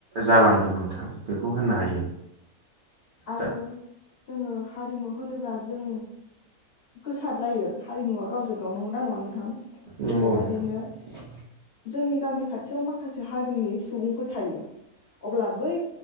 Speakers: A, on the right; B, on the left.
A: जालांदों नोंथां। बेखौ होननो
B: औ
A: हायो।
B: आरो
A: दा
B: जोङो हारि होनोब्ला जों गोसारलायो हारिमुवा गावजों गाव नंगौना नङा नोंथां? थिग
A: नंगौ
B: बेबायदिनो
A: नोंथां
B: जोंनि गामि खाथियाव माख माखासे हारिनि सुबुंफोर थायो अब्ला बै